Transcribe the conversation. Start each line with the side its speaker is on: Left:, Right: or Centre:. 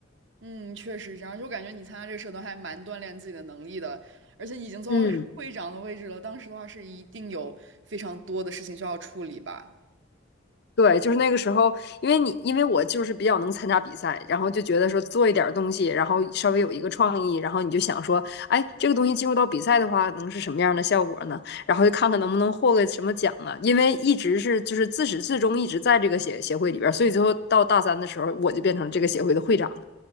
Right: 嗯，确实这样，就感觉你参加这个社团还蛮锻炼自己的能力的，而且你已经做到是会长的位置了。
Left: 嗯。
Right: 当时的话是一定有非常多的事情需要处理吧？
Left: 对，就是那个时候，因为你因为我就是比较能参加比赛，然后就觉得说做一点儿东西，然后稍微有一个创意，然后你就想说，哎，这个东西进入到比赛的话，能是什么样的效果呢？然后就看看能不能获个什么奖呢？因为一直是就是自始至终一直在这个协协会里边儿，所以最后到大三的时候，我就变成这个协会的会长了。